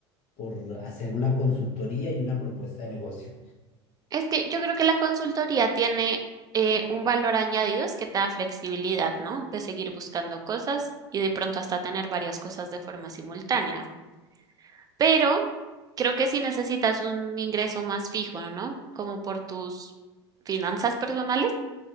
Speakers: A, on the left; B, on the right.
A: por hacer una consultoría y una propuesta de negocio.
B: Es que yo creo que la consultoría tiene eh, un valor añadido, es que te da flexibilidad, ¿no? De seguir buscando cosas y de pronto hasta tener varias cosas de forma simultánea. Pero creo que sí necesitas un ingreso más fijo, ¿no? Como por tus finanzas personales.